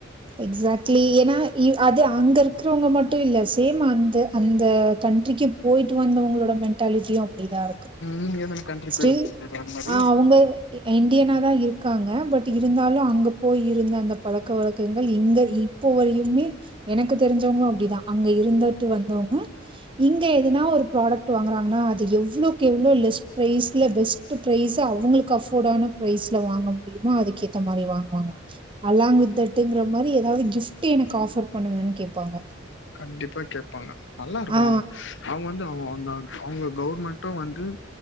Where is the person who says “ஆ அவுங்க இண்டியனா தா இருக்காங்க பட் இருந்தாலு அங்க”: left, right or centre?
Right